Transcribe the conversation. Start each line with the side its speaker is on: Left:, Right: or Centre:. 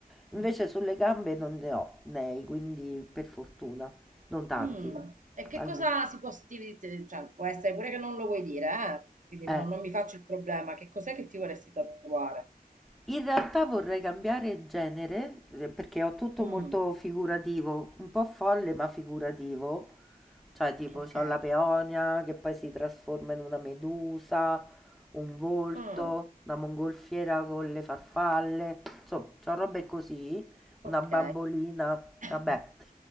Centre: Invece
Right: Mm.
Centre: sulle gambe non ne ho nei, quindi per fortuna, non tanti,
Right: Mm, E che
Centre: almeno.
Right: cosa si può sti- cioè, può essere pure che non lo vuoi dire, eh? Quindi
Centre: Eh.
Right: non, non mi faccio il problema. Che cos'è che ti vorresti tatuare?
Centre: In realtà vorrei cambiare genere, eh, perché ho tutto
Right: Mm,
Centre: molto figurativo, un po' folle ma figurativo. Cioè, tipo,
Right: ok.
Centre: ho la peonia che poi si trasforma in una medusa, un volto,
Right: Mm,
Centre: una mongolfiera con le farfalle, insomma, ho robe così, una
Right: ok.
Centre: bambolina,
Right: <coughs>
Centre: vabbè.